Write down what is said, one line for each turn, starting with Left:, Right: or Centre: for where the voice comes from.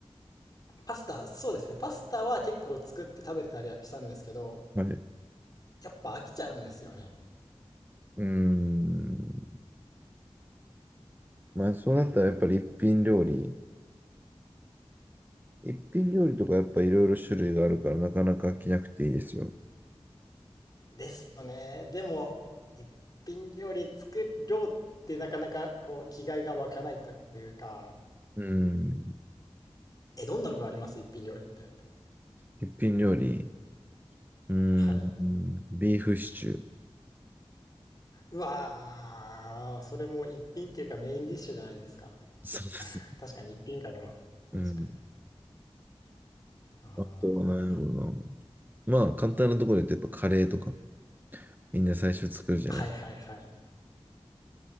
Left: パスタ、そうですね。パスタは結構作って食べてたりはしたんですけど、
Right: はい。う
Left: やっぱ飽きちゃうんですよね。
Right: ーん。まあそうなったらやっぱり一品料理。一品料理とかやっぱいろいろ種類があるからなかなか飽きなくていいですよ。
Left: ですよね。でも、一品料理作ろうってなかなかこう気概が湧かないというか、
Right: うん。
Left: え、どんなのがあります一品料理って。
Right: 一品料理。うん。
Left: はい。
Right: うんビーフシチュー。
Left: うわー、それも一品っていうかメインディッシュじゃないですか。
Right: そうですね。
Left: 確かに一品かでも。確かに。
Right: うん。
Left: あ
Right: あとは何やろうな。まあ、簡単なところで言うとやっぱカレーとか、みんな最初作るじゃないですか。
Left: あ。はいはいはい。